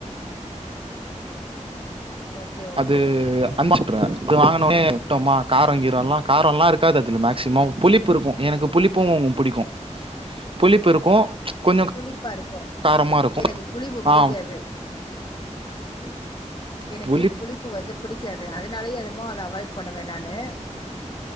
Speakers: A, on the left; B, on the right.
A: ம் ம் ஓகே ஓகே
B: அது அன்பா சுத்துற இது வாங்கனோனே இப்ப ம காரோ கீரோல்லா கரோல்லா இருக்காது அதுல மேக்சிமம் புளிப்பு இருக்கோ எனக்கு புளிப் பு புடிக்கு புளிப்பு இருக்கு கொஞ்சோ
A: புளிப்பா இருக்கு
B: காரமா இருக்கு
A: எனக்கு புளிப்பு புடிக்காது
B: ஆ
A: எனக்கு
B: புளிப்
A: புளிப்பு வந்து புடிக்காது அதனாலயே என்னமோ அத அவாய்ட் பண்ணுவ நானு